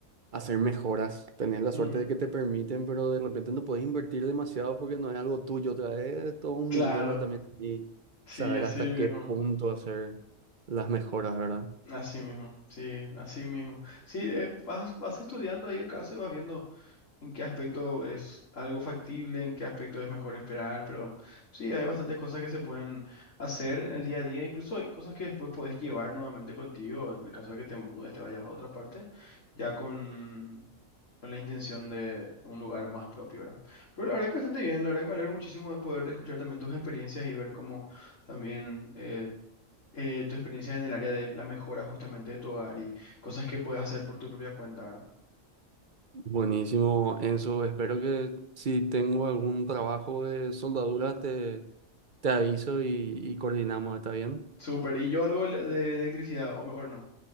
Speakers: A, on the right; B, on the left.
A: hacer mejoras. Tenés la suerte
B: Mm,
A: de que te permiten, pero de repente no puedes invertir demasiado porque no es algo tuyo. Otra vez, todo un
B: claro,
A: dilema también aquí,
B: sí,
A: saber
B: así
A: hasta
B: mismo,
A: qué punto hacer las mejoras, ¿verdad?
B: así mismo, sí, así mismo. Sí, eh, vas, vas estudiando ahí el caso y vas viendo. en qué aspecto es algo factible, en qué aspecto es mejor esperar, pero sí, hay bastantes cosas que se pueden hacer en el día a día, incluso hay cosas que después podés llevar nuevamente contigo, en el caso de que te mudes, te vayas a otra parte, ya con, con la intención de un lugar más propio, ¿verdad? Pero la verdad que bastante bien, la verdad que me alegro muchísimo de poder escuchar también tus experiencias y ver cómo también... eh, eh, tu experiencia en el área de la mejora justamente de tu hogar y cosas que puedes hacer por tu propia cuenta, ¿verdad?
A: Buenísimo, Enzo. Espero que si tengo algún trabajo de soldadura, te, te aviso y, y coordinamos, ¿está bien?
B: Súper. ¿Y yo algo de de electricidad? O mejor no.